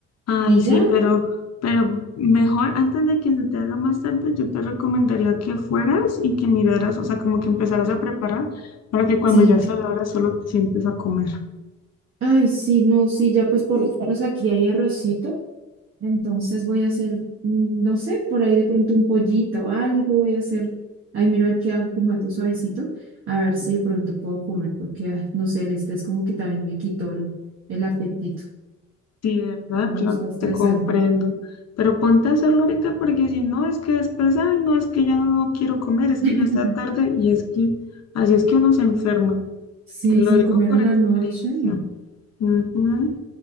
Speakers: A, on the left (about 55°); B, on the right (about 45°).
A: Ay,
B: Y
A: sí,
B: ya,
A: pero, pero mejor antes de que se te haga más tarde, yo te recomendaría que fueras y que miraras, o sea, como que empezaras a preparar para que cuando
B: sí.
A: ya sea la hora solo te sientes a comer.
B: Ay, sí, no, sí, ya pues por lo menos aquí hay arrocito. Entonces voy a hacer, mm, no sé, por ahí de pronto un pollito, algo voy a hacer. Ahí miro a ver qué hago como algo suavecito, a ver si de pronto puedo comer, porque, ay, no sé, el estrés como que también me quitó el, el apetito.
A: Sí, ¿verdad?
B: No me
A: Claro,
B: gusta estresarme.
A: te comprendo. Pero ponte a hacerlo ahorita porque si no, es que después, ay, no, es que ya no quiero comer, es
B: <laughs>
A: que ya está tarde y es que así es que uno se enferma.
B: Sí,
A: Te lo
B: sin
A: digo
B: comer
A: por
B: en
A: experiencia.
B: la noche. No,
A: Ujú.